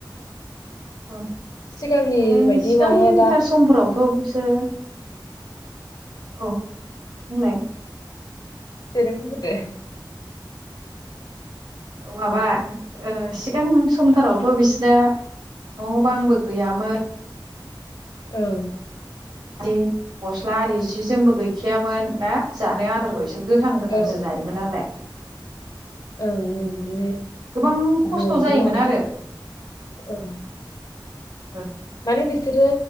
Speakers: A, on the right (about 75°); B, on the left (about 60°).
A: अ‌
B: सिगांनि
A: आरो
B: बायदि
A: सिगांथार
B: माने दा
A: समफोरावथ' बिसोरो औ बुंलाय
B: दे नों बुंगोरदो।
A: औ माबा ओ सिगां समथारावथ' बिसनो न' बांबो गैयामोन
B: ओं
A: <unintelligible> गस्ला आरि जि जोमबो गैखायामोन ना जानो आदार बयस गोथां गोथांसो
B: औ
A: जायोमोन नालाय
B: ओं बिब्दिनो
A: गोबां खस्थ'
B: जंजों
A: जायोमोन
B: माबाजों
A: आरो
B: ओं।
A: ओ
B: माने बिसोरो